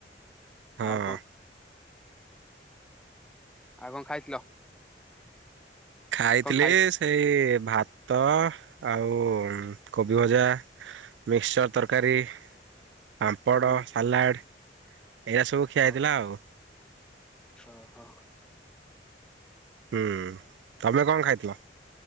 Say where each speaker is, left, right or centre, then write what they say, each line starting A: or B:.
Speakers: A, on the right; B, in the centre.
A: ହଁ
B: ଆଉ କଣ? ଆଉ କଣ ଖାଇଥିଲ?
A: ଖାଇଥିଲି
B: କଣ ଖାଇ
A: ସେଇ ଭାତ ଆଉ କୋବି ଭଜା ମିକ୍ସଚର୍ ତରକାରୀ ପାମ୍ପଡ଼,
B: ହୁଁ
A: ସାଲାଡ଼ ଏଇଆ ସବୁ ଖିଆ
B: ଓ
A: ହେଇଥିଲା ଆଉ।
B: ଓହୋ।
A: ହୁଁ। ତମେ କଣ ଖାଇଥିଲ?